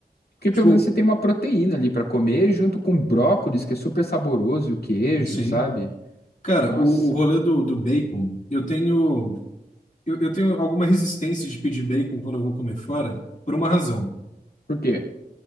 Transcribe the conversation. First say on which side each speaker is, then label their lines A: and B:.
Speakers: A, on the left; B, on the left.
A: porque pelo
B: Tipo,
A: menos você tem uma proteína ali pra comer, junto com brócolis, que é super saboroso, e o queijo,
B: sim.
A: sabe?
B: Cara,
A: Nossa.
B: o, o rolê do, do bacon, eu tenho. Eu, eu tenho alguma resistência de pedir bacon quando eu vou comer fora, por uma razão.
A: Por quê?